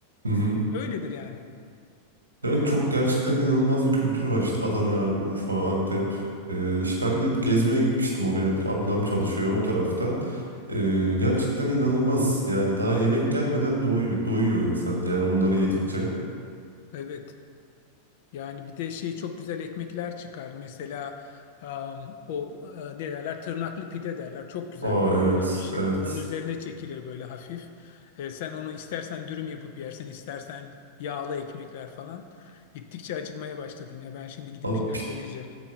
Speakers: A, on the right (about 75°); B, on the left (about 50°).
A: Hı hı.
B: Öyledir yani.
A: Evet çok gerçekten inanılmaz bir kültür var işte Adana, Urfa, Antep. Ee, işte ben de bir gezmeye gitmiştim oraya. Bir ablam çalışıyor o tarafta. Ee, gerçekten inanılmaz. Yani daha yemek gelmeden doyuyor, doyuyor insan. Yani onları yedikçe.
B: Evet. Yani bir de şey çok güzel ekmekler çıkar. Mesela am, o e, ne derler? Tırnaklı pide derler. Çok güzel
A: Aa
B: bir
A: evet,
B: pişirilir.
A: evet.
B: Onun üzerine çekilir böyle hafif. E, sen onu istersen dürüm yapıp yersin, istersen yağlı ekmekler falan. Gittikçe acıkmaya başladım ya. Ben şimdi gidip
A: Abi
B: bir şeyler de yiyeceğim.